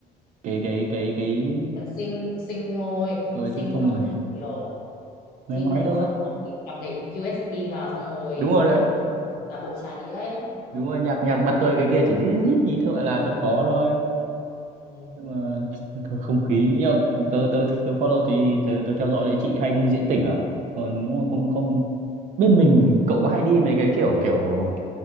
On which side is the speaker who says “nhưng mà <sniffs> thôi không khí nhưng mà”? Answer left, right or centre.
Right